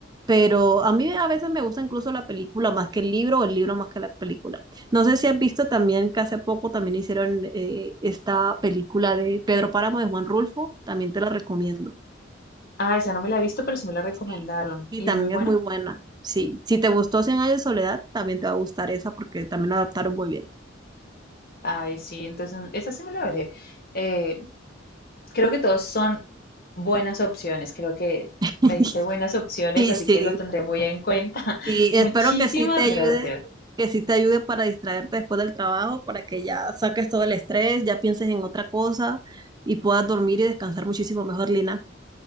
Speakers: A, on the right; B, on the left.
A: pero a mí a veces me gusta incluso la película más que el libro o el libro más que la película. No sé si has visto también que hace poco también hicieron eh, esta película de Pedro Páramo de Juan Rulfo, también te la recomiendo.
B: Ah, esa no me la he visto, pero sí me la recomendaron.
A: Sí. Y
B: ¿Y
A: también
B: es muy buena?
A: es muy buena. Sí, si te gustó Cien años de soledad, también te va a gustar esa porque también la adaptaron muy bien.
B: Ay, sí, entonces esa sí me la veré. Eh, creo que todos son buenas opciones. Creo que
A: <laughs>
B: me diste buenas opciones, así
A: Sí, sí,
B: que lo tendré muy en cuenta. <laughs>
A: sí, espero
B: Muchísimas
A: que sí te ayude,
B: gracias.
A: que sí te ayude para distraerte después del trabajo, para que ya saques todo el estrés, ya pienses en otra cosa y puedas dormir y descansar muchísimo mejor, Lina.